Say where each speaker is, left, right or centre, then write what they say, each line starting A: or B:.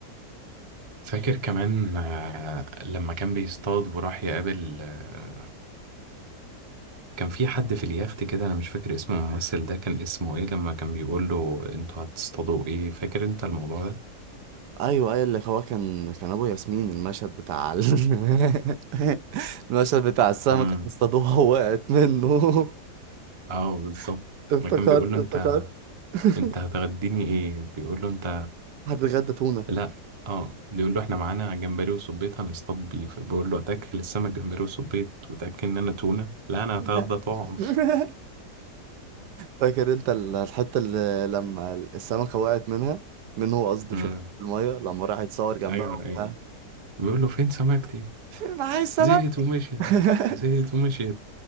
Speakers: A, on the right; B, on the right.
A: فاكر كمان آه، لما كان بيصطاد وراح يقابل آه، كان في حد في اليخت كده انا مش فاكر اسم الممثل ده كان اسمه ايه لما كان بيقول له انتوا هتصطادوا ايه فاكر انت الموضوع ده
B: ايوه ايوه اللي هو كان كان ابو ياسمين المشهد بتاع ال... <laughs> المشهد بتاع السمكه
A: امم
B: اللي اصطادوها وقعت منه
A: اه بالظبط
B: <laughs> افتكرت
A: ما كان بيقول له
B: افتكرت
A: انت
B: <laughs>
A: انت هتغديني ايه بيقول له انت
B: حد غدا تونه
A: لا اه بيقول له احنا معانا جمبري وصبيط هنصطاد بيه فبيقول له اتاكل السمك جمبري وصبيط وتاكل ان انا تونه لا انا
B: لا.
A: هتغدى طعم
B: <laughs> فاكر انت ال- الحته اللي لما السمكه وقعت منها منه قصدي
A: امم
B: في الميه لما راح يتصور جنبها
A: ايوه
B: وبتاع
A: ايوه بيقول له فين سمكتي
B: فين معايا السمك
A: زهقت ومشيت
B: <laughs>
A: زهقت ومشيت